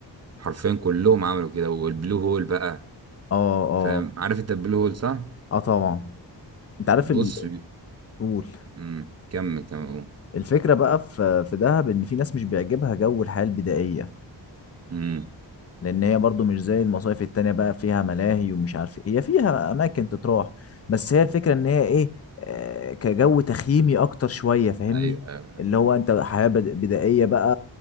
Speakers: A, on the right (about 35°); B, on the left (about 35°).
A: حرفيا كلهم عملوا كده والبلو هول بقى
B: اه اه
A: فاهم عارف انت البلو هول صح
B: اه طبعا انت عارف
A: بص
B: ال... قول
A: مم. كمل كمل قول.
B: الفكرة بقى في في دهب إن في ناس مش بيعجبها جو الحياة البدائية
A: مم.
B: لأن هي برضو مش زي المصايف التانية بقى فيها ملاهي ومش عارف إيه. هي فيها أماكن تتراح بس هي الفكرة إن هي إيه آه، كجو تخييمي أكتر شوية فاهمني
A: ايوه ايوه
B: اللي هو أنت حياة بد- بدائية بقى